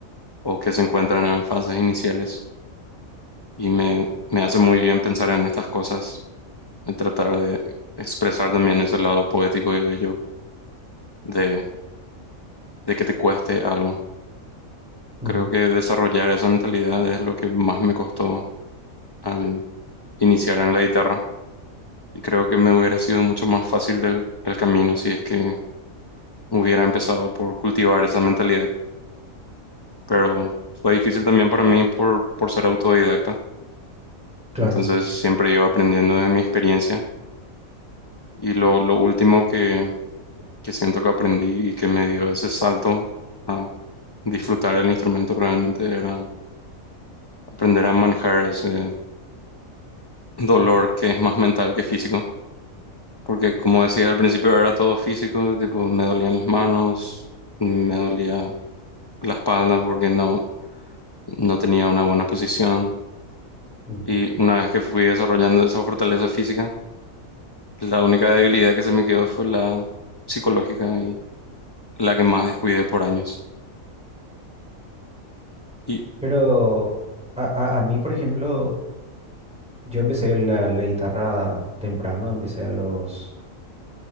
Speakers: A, on the left; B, in the centre.
A: o que se encuentran en fases iniciales. Y me, me hace muy bien pensar en estas cosas, en tratar de expresar también ese lado poético y bello de, de que te cueste algo.
B: Mm,
A: Creo que desarrollar esa mentalidad es lo que más me costó al iniciar en la guitarra. Y creo que me hubiera sido mucho más fácil del, el camino si es que hubiera empezado por cultivar esa mentalidad. Pero fue difícil también para mí por, por ser autodidacta.
B: Claro.
A: Entonces siempre iba aprendiendo de mi experiencia. Y lo, lo último que, que siento que aprendí y que me dio ese salto a disfrutar el instrumento realmente era aprender a manejar ese dolor que es más mental que físico Porque como decía al principio era todo físico, tipo me dolían las manos, me dolía la espalda porque no, no tenía una buena posición.
B: mm.
A: Y una vez que fui desarrollando esa fortaleza física, la única debilidad que se me quedó fue la psicológica y la que más descuidé por años. Y
B: Pero a, a, a mí, por ejemplo, yo empecé la, la guitarra temprano, empecé a los,